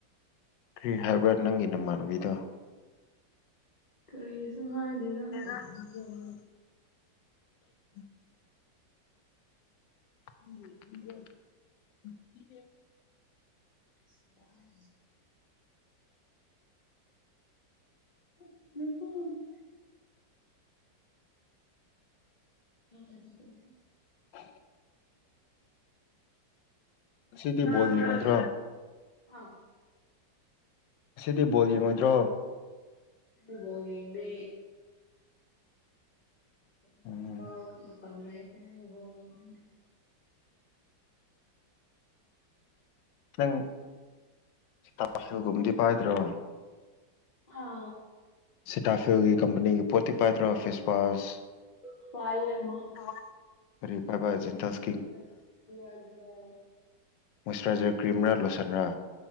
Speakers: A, on the left; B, on the left.
A: ꯀ꯭ꯔꯤ ꯍꯥꯏꯕ ꯅꯪꯒꯤ ꯅꯃꯥꯟꯅꯕꯤꯗꯣ
B: ꯀ꯭ꯔꯤꯁꯨ ꯍꯥꯏꯗꯦꯗ
A: <unintelligible> <inaudible> <unintelligible> <unintelligible>
B: <unintelligible> <unintelligible> <unintelligible>
A: <unintelligible> ꯉꯁꯤꯗꯤ
B: ꯇꯥꯕ꯭ꯔꯣ
A: ꯕꯣꯜ ꯌꯦꯡꯉꯣꯏꯗ꯭ꯔꯣ
B: ꯍꯥꯎ
A: ꯉꯁꯤꯗꯤ ꯕꯣꯜ ꯌꯦꯡꯉꯣꯏꯗ꯭ꯔꯣ
B: ꯑꯩꯗꯤ ꯕꯣꯜ ꯌꯦꯡꯗꯦ <unintelligible>
A: ꯎꯝ
B: ꯃꯇꯝ ꯂꯩꯇꯦ ꯑꯩ ꯕꯣꯜ ꯌꯦꯡꯕꯒꯤ
A: ꯅꯪ ꯁꯤꯇꯥꯁꯨꯜ ꯒꯨꯝꯗꯤ ꯄꯥꯏꯗ꯭ꯔꯣ
B: ꯍꯥ
A: ꯁꯤꯇꯥꯁꯨꯜꯒꯤ ꯀꯝꯄꯅꯤꯒꯤ ꯄꯣꯠꯇꯤ ꯄꯥꯏꯗ꯭ꯔꯣ ꯐꯦꯁꯋꯥꯁ
B: <unintelligible> ꯑꯃ
A: ꯑꯥ ꯀꯔꯤ ꯄꯥꯏꯕ ꯖꯤꯟꯇꯁ
B: ꯃꯣꯏꯁꯆꯨꯔꯥꯏꯖꯔ
A: ꯃꯣꯏꯁꯆꯨꯔꯥꯏꯖꯔ ꯀ꯭ꯔꯤꯝꯔꯥ ꯂꯣꯁꯟꯔꯥ